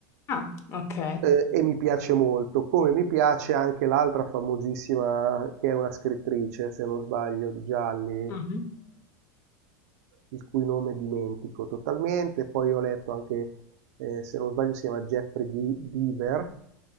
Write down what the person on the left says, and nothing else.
Ah, ok.
Mhm.